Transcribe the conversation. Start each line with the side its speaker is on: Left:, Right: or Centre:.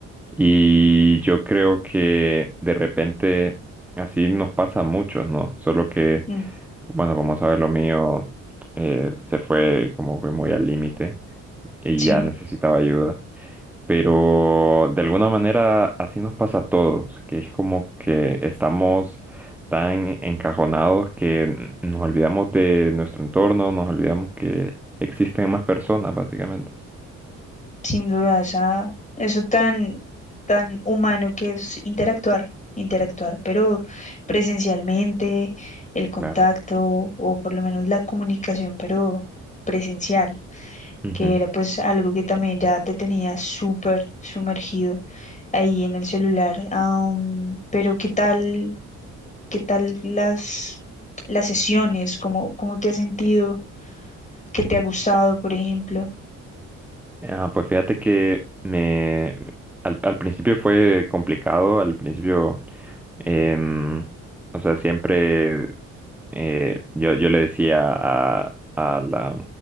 Centre: Y yo creo que de repente así nos pasa a muchos, ¿no? Solo que,
Left: mm,
Centre: bueno, como sabes, lo mío eh, se fue como que muy al límite y
Left: Sí.
Centre: ya necesitaba ayuda pero de alguna manera así nos pasa a todos, que es como que estamos tan encajonados que nos olvidamos de nuestro entorno, nos olvidamos que existen más personas, básicamente.
Left: Sin duda, esa, eso tan, tan humano que es interactuar, interactuar, pero presencialmente, el contacto
Centre: Claro.
Left: o por lo menos la comunicación, pero presencial,
Centre: Ujú.
Left: que era pues algo que también ya te tenía súper sumergido ahí en el celular. Am, pero ¿qué tal, qué tal las, las sesiones? ¿Cómo, cómo te has sentido? ¿Qué te ha gustado, por ejemplo?
Centre: Ah, pues fíjate que me al, al principio fue complicado, al principio, em, o sea, siempre eh, yo, yo le decía a, a la,